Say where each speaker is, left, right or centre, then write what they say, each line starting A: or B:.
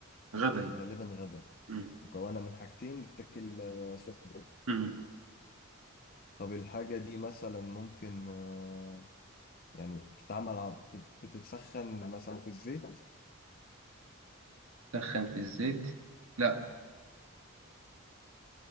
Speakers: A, on the right; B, on the left.
A: غدا هي
B: غالبا غدا
A: مم.
B: مكونة من حاجتين بتتاكل آه سخنة
A: مم.
B: طب الحاجة دي مثلا ممكن آه يعني بتتعمل ع- بت- بتتسخن مثلا في الزيت
A: تسخن في الزيت لا